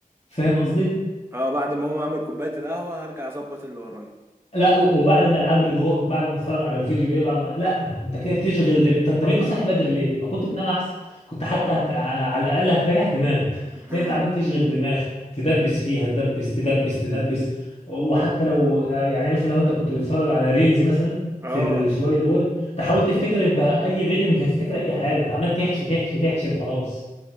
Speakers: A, on the left; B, on the right.
A: فاهم قصدي؟
B: اه بعد ما اقوم اعمل كوباية القهوة هرجع اظبط اللي ورايا
A: لا و- وبعد ما العب لي دور بعد ما اتفرج على الفيديو ده بعد ما لا انت كده بتشغل انت طب انت صاحي بدري ليه؟ ما كنت تنام احسن كنت حتى هت... على الاقل هتريح دماغك
B: <laughs>
A: لان انت عمال تشغل دماغ تدبس فيها تدبس تدبس تدبس وحتى لو لا- يعني مثلا لو انت كنت بتتفرج على ريلز مثلا
B: اه
A: في الشويه دول تحاول تفتكر انت اي فيديو مش هتفتكر اي حاجه انت عمال تحشي تحشي تحشي وخلاص